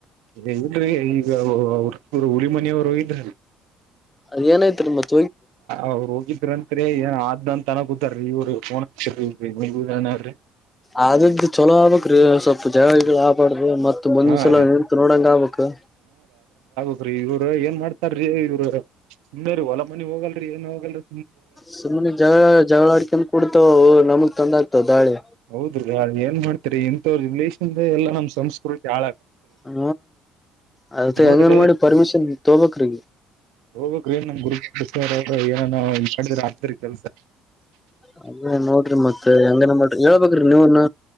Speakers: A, on the right; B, on the left.
A: ಏ ಇಲ್ರರಿ ಈಗ ಅವ್ರ ಹುರಿಮನೆಯವರು ಇದ
B: ಅದ ಏನಾಯ್ತಿ ಮತ್ತೆ
A: ಅವ್ರು ಹೋಗಿದ್ರಂತರಿ ಏನ ಆದಂತ ತನ ಗೂತ್ತಾರೀ ಇವ್ರು ಫೋನ್ ಹಚ್ಚಿ ದಮನ್ರಿ
B: ಅದು ಚಲೋ ಆಗ್ಬಬೇಕು್ರೀ ಸ್ವಲ್ಪ ಜಗಳ ಗಿಗಳ ಆಗಬಾರದು ಅ ಮತ್ತ ಮುಂದಿನಸಲ
A: ಹಾ ರೀ
B: ನಿಂತು ನೋಡಂಗ ಆಗ್ಬೇಕು
A: ರ ಇವ್ರು ಏನ್ ಮಾಡ್ತಾರೀ ಇವ್ರು ಸುಮ್ಮ ಹೊಲ ಮನಿ ಹೋಗಲ್ರಿ ಏನ್ ಹೋಗಲ್ರರಿ
B: ಸುಮ್ಮ್ನೆ ಜಗಳ ಜಗಳ ಅಡಿಕನ್ ಕುಡ್ತಾವ ನಮಗ್ ತೊಂದ ಆಗ್ತವ ದಾಳಿ
A: ಹೌದ್ರಿ ಏನ್ ಇಂಥವ್ರ ರಿಲೇಷನ್ ಎಲ್ಲ ನಮ್ಮ್ ಸಂಸ್ಕೃತಿ ಚಾಳ
B: ಹ ಅದದು
A: ನೋಡ್ರಿ
B: ಹೆಂಗನ್ ಮಾಡಿ ಪರ್ಮಿಷನ್ ತೊಗೊ ಬೇಕ್ರಿ
A: ಹೋಗ್ಬೇಕು ನ್ ನಮ್ ಗುರು ಏನ್ನ ಕಡದ್ರ ಅ್ರ ಕೆಲ್ಸ
B: ಅದೇ ನೋಡ್ರಿ ಮತ್ತ ಹೆಂಗನ ಮಾಡ್ರಿ ಹೇಳ್ಬೇಕ್ರಿ ನೀವನ